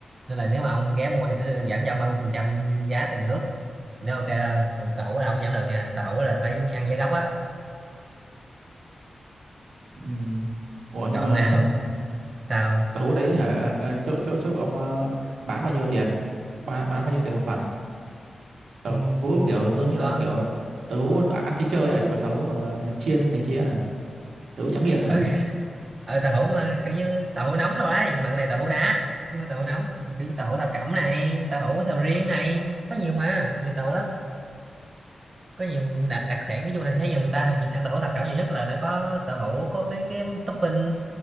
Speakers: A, on the right (about 40°); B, on the right (about 90°).
A: nên là nếu mà ông ghé mua thì tôi sẽ được giảm cho ông 30 phần trăm giá tiền nước thì nó ok hơn còn tàu hũ là không giảm được nha tàu hũ là phải ăn giá gốc á
B: Ừ. Ủa
A: chọn
B: nhưng mà
A: nào <laughs> sao
B: tàu hũ đấy hả ờ, ờ, chỗ chỗ chỗ của ông ờ, bán bao nhiêu tiền bán bán bao nhiêu tiền một phần tàu
A: Ừ,
B: hũ
A: ừ,
B: kiểu giống như
A: có
B: là kiểu tàu hũ mà ăn chơi chơi ấy hả chứ không phải tàu hũ mà chiên này kia hả tàu hũ trắng miệng ấy
A: ừ
B: hả
A: ờ, tàu hũ mà kiểu như tàu hũ nóng rồi đấy mặn này tàu hũ đá nhưng mà tàu hũ nóng kiểu như tàu hũ thập cẩm này tàu hũ sầu riêng này có nhiều mà nhiều tàu lắm có nhiều đặc đặc sản nói chung là thấy nhiều người ta hình như ăn tàu hũ thập cẩm nhiều nhất là nó có tàu hũ có mấy cái topping